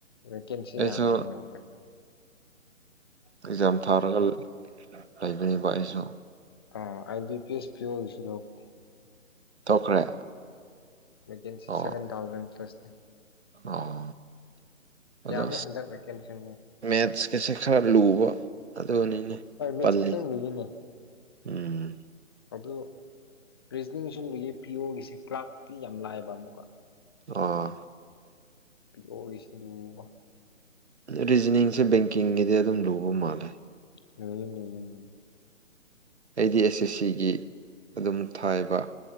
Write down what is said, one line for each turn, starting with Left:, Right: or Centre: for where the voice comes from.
Left: ꯚꯦꯀꯦꯟꯁꯤ
Right: ꯑꯩꯁꯨ
Left: ꯌꯥꯝꯃꯦ ꯃꯣꯏ ꯍꯟꯗ
Right: ꯑꯦꯛꯖꯥꯝ ꯊꯥꯔꯒ ꯂꯩꯕꯅꯦꯕ ꯑꯩꯁꯨ
Left: ꯑꯥ ꯑꯥꯏ ꯕꯤ ꯄꯤ ꯑꯦꯁ ꯄꯤ ꯑꯣꯒꯤꯁꯨꯗꯄ
Right: ꯊꯣꯛꯈ꯭ꯔꯦ
Left: ꯎꯝꯁꯤ
Right: ꯑꯣ
Left: ꯁꯚꯦꯟ ꯊꯥꯎꯖꯟ ꯄ꯭ꯂꯁꯅꯦ
Right: ꯑꯣ ꯑꯗꯣ
Left: ꯌꯥꯝꯃꯦ ꯍꯟꯗꯛ ꯚꯦꯀꯦꯟꯁꯤ ꯃꯣꯏ
Right: ꯃꯦꯠꯁꯀꯁꯦ ꯈꯔ ꯂꯨꯕ ꯑꯗꯨꯅꯤꯅꯦ
Left: ꯑꯩ ꯃꯦꯆ
Right: ꯄꯜꯂꯤꯁꯦ
Left: ꯈꯈꯤꯇꯪ ꯅꯤꯅꯦ
Right: ꯎꯝ
Left: ꯑꯗꯨ ꯔꯤꯖꯅꯤꯡꯁꯨ ꯂꯨꯏꯌꯦ ꯄꯤ ꯑꯣꯒꯤꯁꯦ ꯀ꯭ꯂꯥꯛꯇꯤ ꯌꯥꯝ ꯂꯥꯏꯑꯕ ꯑꯃꯨꯛꯀ
Right: ꯑꯥ
Left: ꯄꯤ ꯑꯣ ꯏꯁꯅꯒ
Right: ꯔꯤꯖꯅꯤꯡꯁꯦ ꯕꯦꯡꯀꯤꯡꯒꯤꯗꯤ ꯑꯗꯨꯝ ꯂꯨꯕ ꯃꯥꯜꯂꯦ
Left: ꯎꯅꯦ
Right: ꯑꯩ ꯗꯤ ꯑꯦꯁ ꯑꯦꯁ ꯁꯤꯒꯤ ꯑꯗꯨꯝ ꯊꯥꯏꯕ